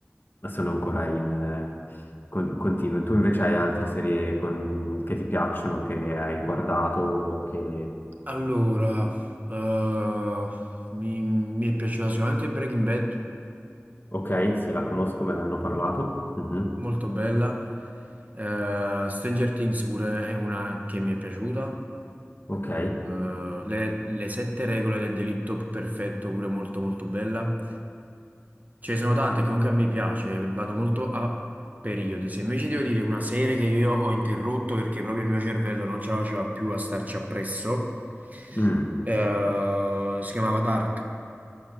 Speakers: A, on the left; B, on the right.
A: sono ancora in eh, con- continuo. Tu invece hai altre serie con- che ti piacciono, che hai guardato, o che...
B: Allora, eh, mi, mi è piaciuta sicuramente Breaking Bad.
A: Ok, sì, la conosco, me ne hanno parlato. Mhm.
B: molto bella. Eh, Stranger Things pure è una che mi è piaciuta.
A: Ok,
B: Eh, le, le sette regole del delitto perfetto pure molto molto bella. Ce ne sono tante che comunque a me piace, vado molto a periodi. Se invece devo dire una serie che io ho interrotto perché proprio il mio cervello non ce la faceva più a starci appresso,
A: Mm.
B: eh, si chiamava Dark.